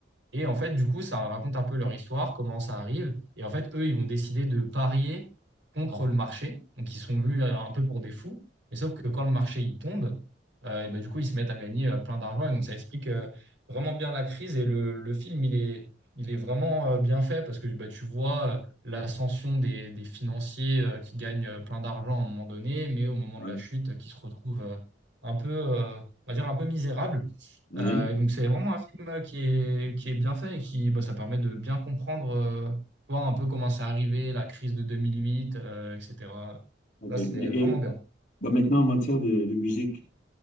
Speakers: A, on the right; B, on the left.
A: Et en fait, du coup, ça raconte un peu leur histoire, comment ça arrive. Et en fait, eux, ils vont décider de parier contre le marché. Donc, ils sont vus euh, un peu pour des fous. Mais sauf que quand le marché il tombe, euh, et ben, du coup, ils se mettent à gagner euh, plein d'argent. Et donc, ça explique euh, vraiment bien la crise. Et le, le film, il est, il est vraiment euh, bien fait parce que bah, tu vois euh, l'ascension des, des financiers euh, qui gagnent euh, plein d'argent à un moment donné, mais au moment
B: Ouais.
A: de la chute, euh, qui se retrouvent euh, un peu, euh, on va dire, un peu misérables.
B: Oui,
A: Euh, et donc c'est vraiment un film euh, qui est, qui est bien fait et qui bah, ça permet de bien comprendre euh, voir un peu comment c'est arrivé, la crise de 2008, euh, etc.
B: ok.
A: Là, c'était
B: Ben, et
A: vraiment bien.
B: ben, maintenant, en matière de, de musique,